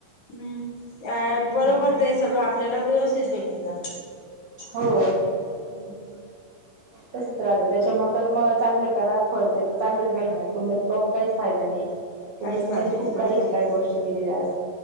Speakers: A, on the left; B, on the right.
A: हम्म
B: हम्म
A: बरोबर ते हे सगळं आपल्याला व्यवस्थित भेटून जात
B: हो
A: हम्म
B: तसच राहतं त्याच्या म कर्म चांगलं करा फळते चांगलंच भेटणार कुंडली पाहून काहीच फायदा नाही कुंडलीमध्येध्ये
A: काहीच फायदा नाही
B: खूप
A: बरोबर
B: काही
A: आहे
B: काही गोष्टी दिलेल्या असत